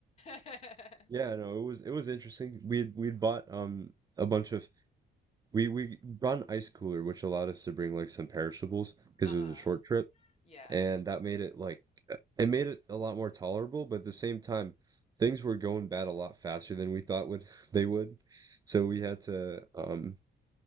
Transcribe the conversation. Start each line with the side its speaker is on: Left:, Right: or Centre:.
Left: <laughs>
Right: yeah no it was it was interesting we'd we'd bought um a bunch of we we brought an ice cooler which allowed us to bring like some perishables because
Left: Uh-huh.
Right: it was a short trip
Left: Yeah.
Right: and that made it like it made it a lot more tolerable, but at the same time, things were going bad a lot faster than we thought would <laughs> they would. So we had to um